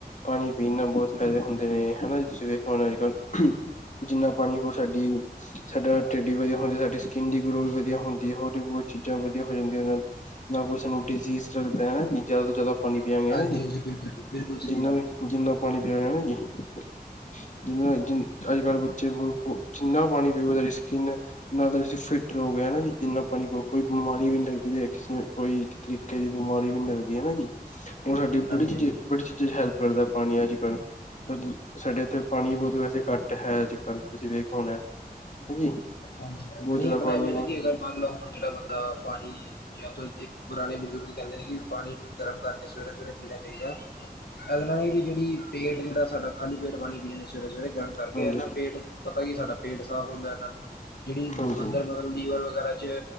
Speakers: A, on the left; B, on the left.
A: ਪਾਣੀ ਪੀਣ ਨਾ। ਬਹੁਤ ਫਾਇਦੇ ਹੁੰਦੇ ਨੇ ਹਨਾ ਜੀ ਤੁਸੀਂ ਵੇਖੋ ਹੋ ਅੱਜ ਕੱਲ ਜਿੰਨਾ ਪਾਣੀ ਕੁ ਸਾਡੀ। ਸਾਡਾ ਢਿੱਡ ਵੀ ਵਧੀਆ ਹੁੰਦੀ ਸਾਡੀ ਸਕਿੰਨ ਦੀ ਗਲੋ ਵੀ ਵਧੀਆ ਹੁੰਦੀ ਹੋਰ ਵੀ ਬਹੁਤ ਚੀਜ਼ਾਂ ਵਧੀਆ ਹੋ ਜਾਂਦੀਆਂ ਉਹਦੇ ਨਾਲ। ਨਾ ਕੋਈ ਸਾਨੂੰ ਡਿਜ਼ੀਜ਼ ਲੱਗਦਾ ਹਨਾ ਜੀ ਜ਼ਿਆਦਾ ਤੋਂ, ਜ਼ਿਆਦਾ ਪਾਣੀ ਪਿਆਗੇ
B: ਹਾਂਜੀ
A: ਹੈ ਨਾ, ਜੀ
B: ਹਾਂਜੀ ਬਿਲਕੁਲ ਬਿਲਕੁਲ
A: ਜਿੰਨਾ
B: ਸਹੀ ਗੱਲ
A: ਵੀ,
B: ਹੈ ਜੀ
A: ਜਿੰਨਾ ਪਾਣੀ ਪਿਆਗੇ ਨਾ ਜੀ। ਜਿਨਾ ਨੇ ਅੱਜ ਕੱਲ੍ਹ ਬੱਚੇ ਜਿੰਨਾ ਪਾਣੀ ਪੀਓਗੇ ਸਾਡੀ ਸਕਿੰਨ ਨਾਲ ਤਾਂ, ਤੁਸੀਂ ਫਿੱਟ ਰਹੋਗੇ ਹੈ ਨਾ ਜੀ, ਜਿੰਨਾ ਪਾਣੀ ਪੀਓਗੇ ਕੋਈ ਬਿਮਾਰੀ ਵੀ, ਨੀ ਲੱਗਦੀ, ਕਿਸੇ ਨੂੰ ਕੋਈ ਤਰੀਕੇ ਦੀ ਬਿਮਾਰੀ ਵੀ ਨਹੀਂ ਲੱਗਦੀ ਹੈ ਨਾ ਜੀ ਹੁਣ ਸਾਡੀ
B: ਹਾਂਜੀ
A: ਬੜੀ ਚੀਜ਼
B: ਹਾਂਜੀ
A: ਬੜੀ ਚੀਜ਼ਾਂ ਚ, ਹੈਲਪ ਕਰਦਾ ਪਾਣੀ ਅੱਜ ਕੱਲ ਤਾ, ਸਾਡੇ ਇੱਥੇ ਪਾਣੀ ਬਹੁਤ ਵੈਸੇ ਘੱਟ ਹੈ ਅੱਜ ਕੱਲ੍ਹ ਤੁਸੀਂ ਵੇਖਿਆ ਹੋਣਾ ਹਾਂਜੀ
B: ਨਹੀਂ
A: ਬਹੁਤ ਜ਼ਿਆਦਾ
B: ਆਪਣਾ
A: ਪਾਣੀ
B: ਇਹ ਵੀ, ਨਾ ਕਿ ਅਗਰ ਮੰਨ ਲਓ ਜਿਹੜਾ ਬੰਦਾ ਪਾਣੀ ਜਾਂ ਤਾਂ ਇੱਕ ਪੁਰਾਣੇ ਬਜ਼ੁਰਗ ਕਹਿੰਦੇ ਨੇ, ਕਿ ਪਾਣੀ ਨੂੰ ਗਰਮ ਕਰਕੇ ਸਵੇਰੇ -ਸਵੇਰੇ ਪੀਣਾ ਚਾਹੀਦਾ। ਇਹਦੇ ਨਾਲ ਹੀ, ਵੀ ਜਿਹੜੀ ਪੇਟ ਜਿਹੜਾ ਸਾਡਾ ਖਾਲੀ ਪੇਟ ਪਾਣੀ -ਪੀਣਾ ਨੇ ਸਵੇਰੇ -ਸਵੇਰੇ ਗਰਮ ਕਰਕੇ
A: ਹਾਂਜੀ
B: ਨਾ ਪੇਟ ਪਤਾ ਕੀ ਸਾਡਾ ਪੇਟ ਸਾਫ਼ ਹੁੰਦਾ ਇਹਦੇ ਨਾਲ ਜਿਹੜੀ
A: ਹਾਂਜੀ
B: ਅੰਦਰ
A: ਹਾਂਜੀ
B: ਮਨ ਲੋ ਲੀਵਰ ਵਗੈਰਾ ਚ,